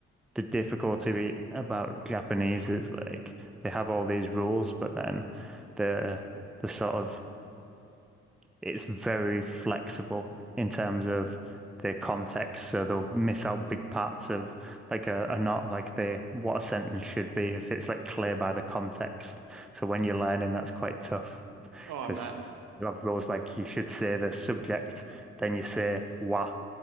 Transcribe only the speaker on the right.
Oh,
I'm at.